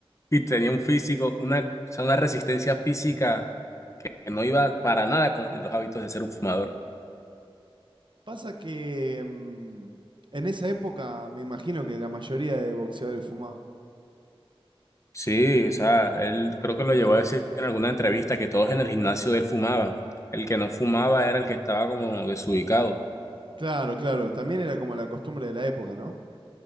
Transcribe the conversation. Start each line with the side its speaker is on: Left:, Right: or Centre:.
Left: y tenía un físico, una, o sea, una resistencia física que no iba para nada con los hábitos de ser un fumador.
Right: Pasa que mm, en esa época me imagino que la mayoría de boxeadores fumaban.
Left: Sí, o sea, él creo que lo llevó a decir en alguna entrevista que todos en el gimnasio de él fumaban. El que no fumaba era el que estaba como desubicado.
Right: Claro, claro, también era como la costumbre de la época, ¿no?